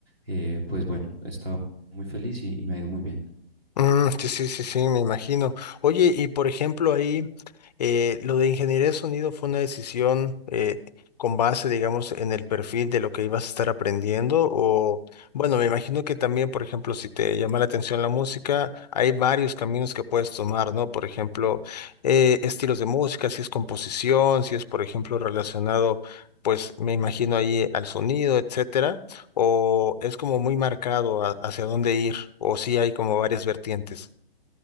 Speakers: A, on the right; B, on the left.
A: eh, pues bueno, he estado muy feliz y, y me ha ido muy bien.
B: Mm, sí, sí, sí, sí, me imagino. Oye, y por ejemplo ahí, eh, lo de ingeniería de sonido fue una decisión eh, con base, digamos, en el perfil de lo que ibas a estar aprendiendo o, bueno, me imagino que también, por ejemplo, si te llama la atención la música, hay varios caminos que puedes tomar, ¿no? Por ejemplo, eh, estilos de música, si es composición, si es, por ejemplo, relacionado, pues, me imagino ahí al sonido, etcétera o es como muy marcado a- hacia dónde ir, o sí hay como varias vertientes.